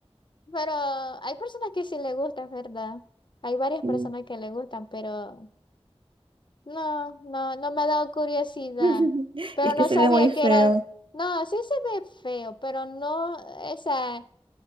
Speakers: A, on the left; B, on the right.
A: pero hay personas que sí le gustan, ¿verdad? Hay varias
B: Sí.
A: personas que le gustan, pero No, no, no me ha dado curiosidad,
B: <laughs>
A: pero
B: Y es que
A: no
B: se
A: sabía
B: ve muy feo.
A: que era, no, sí se ve feo, pero no, esa,